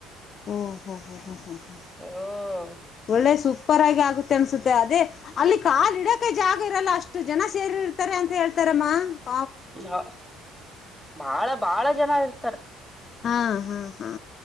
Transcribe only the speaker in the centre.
ಓ
ಹ <unintelligible> ಬಾಳ- ಬಾಳ ಜನ ಇರ್ತಾರೆ.